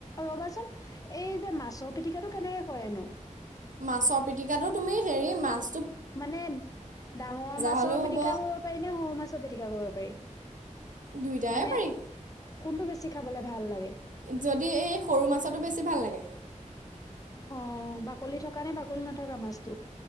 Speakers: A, on the left (about 25°); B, on the right (about 80°).
A: ৰবাচোন এই যে মাছৰ পিটিকটো কেনেকে কৰে নো?
B: মাছৰ পিটিকাটো তুমি হেৰি মাছ
A: মানে ডাঙৰ মাছৰ
B: হ'লেও হ'ব।
A: পিটকা কৰিব পাৰি নে, সৰু মাছৰ পিটকা কৰিব পাৰি?
B: দুইটাই
A: মানে
B: পাৰি।
A: কোনটো বেছি খাবলে ভাল লাগে?
B: যদি এই সৰু মাছতো বেছি ভাল লাগে।
A: অ', বাকলি থকা নে বাকলি নথকা মাছটো?